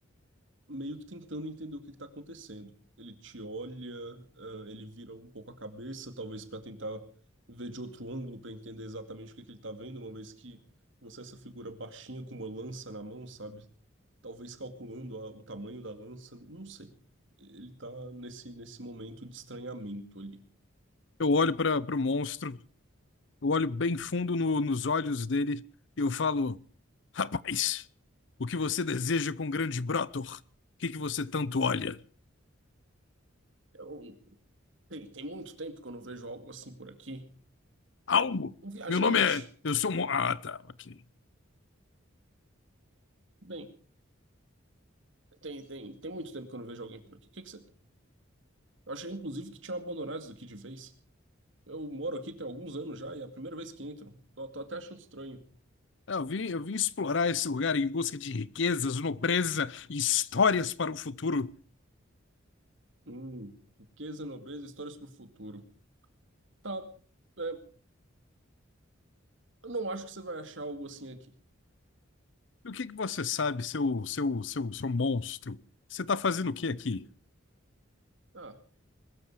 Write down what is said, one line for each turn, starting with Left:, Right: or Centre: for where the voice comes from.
Right: meio que tentando entender o que que tá acontecendo. Ele te olha, ah, ele vira um pouco a cabeça, talvez para tentar ver de outro ângulo para entender exatamente o que que ele tá vendo, uma vez que você é essa figura baixinha com uma lança na mão, sabe? talvez calculando a- o tamanho da lança, não sei. Ele tá nesse, nesse momento de estranhamento ali.
Left: Eu olho para o monstro, eu olho bem fundo no- nos olhos dele e eu falo: Rapaz, o que você deseja com o grande Brotor? O que que você tanto olha?
Right: Eu- tem, tem muito tempo que eu não vejo algo assim por aqui.
Left: Algo?
Right: Um viajante.
Left: Meu nome é. Eu sou. Mo- Ah, tá, ok.
Right: Bem, tem, tem, tem muito tempo que eu não vejo alguém por aqui. O que que você... Eu achei, inclusive, que tinha abandonado isso daqui de vez. Eu moro aqui tem alguns anos já e é a primeira vez que entro. Tô, tô até achando estranho.
Left: Ah, Eu vim, eu vim explorar esse lugar em busca de riquezas, nobreza e histórias para o futuro.
Right: Hum, riqueza, nobreza, histórias pro futuro. Tá, é, eu não acho que você vai achar algo assim aqui.
Left: E o que que você sabe, seu, seu, seu, seu monstro? Você está fazendo o que aqui?
Right: Ah,